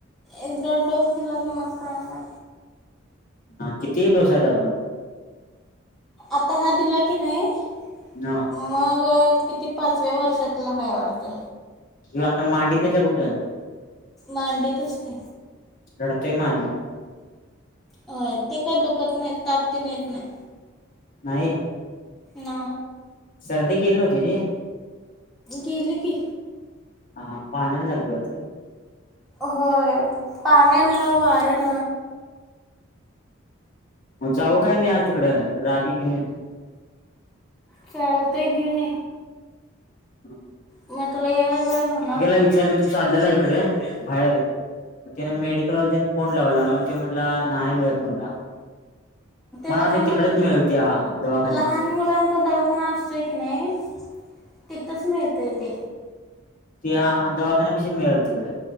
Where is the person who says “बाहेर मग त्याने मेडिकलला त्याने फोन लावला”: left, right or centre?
Left